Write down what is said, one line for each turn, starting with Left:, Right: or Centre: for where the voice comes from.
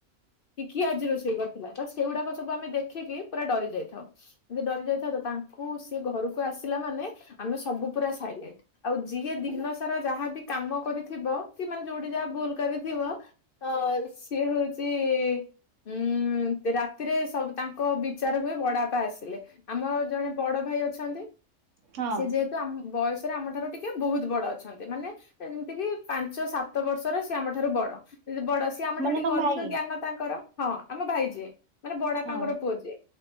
Left: କି କି ଆଜି ରୋଷେଇ କରିଥିଲା ତ ସେଇଗୁଡାକ ସବୁ ଆମେ ଦେଖିକି ପୁରା ଡରି ଯାଇଥାଉ। ଯଦି ଡରି ଯାଇଥାଉ ତ ତାଙ୍କୁ ସିଏ ଘରକୁ ଆସିଲା ମାନେ ଆମେ ସବୁ ପୁରା ସାଇଲେଣ୍ଟ, ଆଉ ଯିଏ ଦିନ ସାରା ଯାହା ବି କାମ କରିଥିବ କି ମାନେ ଯୋଉଠି ଯାହା ଭୁଲ କରିଥିବ ତ ସି ସିଏ ହଉଛି ଉୁଁ ରାତିରେ ସବୁ ତାଙ୍କ ବିଚାର ହୁଏ ବଡବାପା ଆସିଲେ। ଆମ ର ଜଣେ ବଡ ଭାଇ ଅଛନ୍ତି।
Right: ହଁ
Left: ସେ ଯେହେତୁ ଆମ ବୟସରେ ଆମ ଠାରୁ ଟିକେ ବୋହୁତ ବଡ ଅଛନ୍ତି। ମାନେ ଯେମିତି କି ପାଞ୍ଚ ସାତ ବର୍ଷର ସିଏ ଆମ ଠାରୁ ବଡ, ଯ ବଡ ସି ଆମ
Right: ମାନେ
Left: ଠାରୁ ଟିକେ
Right: ତମ
Left: ଅଧିକ
Right: ଭାଇ
Left: ଜ୍ଞାନ ତାଙ୍କର, ହଁ ଆମ ଭାଇ ଯିଏ। ମାନେ ବଡାପାଙ୍କର
Right: ହଁ।
Left: ପୁଅ ଯିଏ